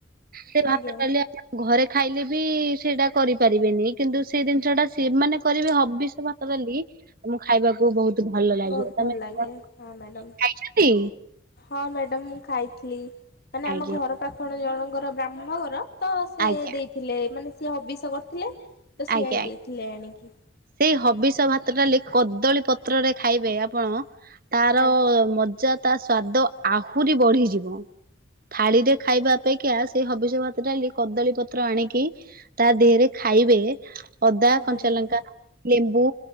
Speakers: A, on the right (about 50°); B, on the left (about 55°).
A: ସେ
B: ଆଜ୍ଞା
A: ଭାତ
B: ମ୍ୟାଡ଼ାମ।
A: ଡାଲି ଆପଣ ଘରେ ଖାଇଲେ ବି ସେଇଟା କରିପାରିବେନି କିନ୍ତୁ ସେଇ ଜିନିଷ ଟା ସେମାନେ କରିବେ ହବିଷ୍ୟ ଭାତ ଡାଲି ଲି ମୁଁ ଖାଇବାକୁ ବହୁତ ଭଲ ଲାଗିବ
B: ବହୁତ ଭଲ
A: ତମେ
B: ଲାଗେ
A: କଣ
B: ହଁ ମ୍ୟାଡମ।
A: ଖାଇଛନ୍ତି
B: ହଁ ମ୍ୟାଡମ୍ ମୁ ଖାଇଥିଲି ମାନେ ଆମ
A: ଆଜ୍ଞା
B: ଘର ପାଖଣ ଜଣଙ୍କର ବ୍ରାହ୍ମଣଘର ତ ସେ
A: ଆଜ୍ଞା
B: ଦେଇଥିଲେ ମାନେ ସିଏ ହବିଷ କରିଥିଲେ ତ ସିଏ
A: ଆଜ୍ଞା ଆଜ୍ଞା।
B: ଦେଇଥିଲେ ଆଣିକି।
A: ସେଇ ହବିଷ ଭାତ ଡ଼ାଲି କଦଳୀ ପତ୍ରରେ ଖାଇବେ ଆପଣ ତାର
B: ଆଜ୍ଞା
A: ମଜା ତା ସ୍ଵାଦ ଆହୁରି ବଢିଯିବ। ଥାଳିରେ ଖାଇବା ଅପେକ୍ଷା ସେଇ ହବିଷ ଭାତ ଡା କଦଳୀ ପତ୍ର ଆଣିକି ତା ଦେହରେ ଖା ଖାଇବେ ଅଦା,
B: ଆଜ୍ଞା
A: କଞ୍ଚା
B: ମ୍ୟାଡ଼ାମ୍
A: ଲଙ୍କା, ଲେମ୍ବୁ